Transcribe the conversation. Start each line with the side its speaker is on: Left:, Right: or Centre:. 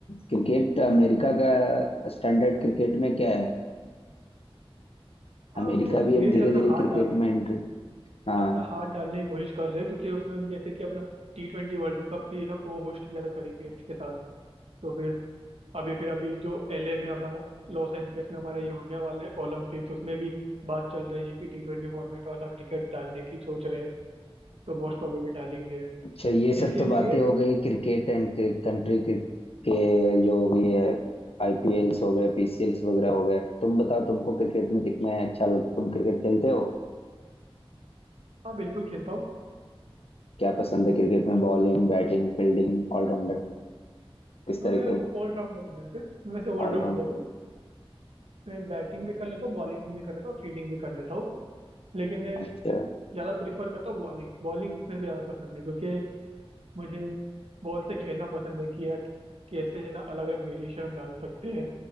Left: क्रिकेट अमेरिका का स्टैंडर्ड क्रिकेट में क्या है
Right: हाँ
Left: अमेरिका
Right: अभी वो धीरे
Left: भी अब
Right: धीरे
Left: धीरे
Right: अपना
Left: धीरे
Right: हाथ
Left: क्रिकेट
Right: डालने
Left: में एंट्री हाँ
Right: अपना हाथ डालने की कोशिश कर रहे हैं क्योंकि उसने जैसे कि अपना टी ट्वेंटी वर्ल्ड कप की ना को होस्ट किया था करेबियंस के साथ तो फिर अभी फिर अभी जो एलए में हमारा लॉस एंजलिस में हमारा ये होने वाला है ओलंपिक्स उसमें भी बात चल रही है कि टी ट्वेंटी फॉर्मेट वाला क्रिकेट डालने की सोच रहे हैं तो मोस्ट प्रोबेबली डालेंगे
Left: अच्छा ये सब
Right: जिसके
Left: तो बातें
Right: लिए
Left: हो गई क्रिकेट एंड कंट्री के के जो भी है आईपीएल्स हो गए पीसीएल्स वगैरह हो गए तुम बताओ तुमको क्रिकेट में कितने अच्छा लग तुम क्रिकेट खेलते हो
Right: हाँ बिल्कुल खेलता हूँ
Left: क्या पसंद है क्रिकेट में बॉलिंग बैटिंग फील्डिंग ऑलराउंडर किस
Right: हाँ
Left: तरह
Right: मैं
Left: के
Right: ऑलराउंडर हूँ वैसे मैं वैसे ऑलराउंडर
Left: ऑलराउंड
Right: हूँ मैं बैटिंग भी कर लेता हूँ बॉलिंग भी कर लेता हूँ फील्डिंग भी कर लेता हूँ लेकिन मैं
Left: अच्छा
Right: ज़्यादा प्रीफर करता हूँ बॉलिंग बॉलिंग मेरे को ज़्यादा पसंद है क्योंकि मुझे बॉल से खेलना पसंद है कि यार कैसे ना अलग अलग वेरिएशन हम डाल सकते हैं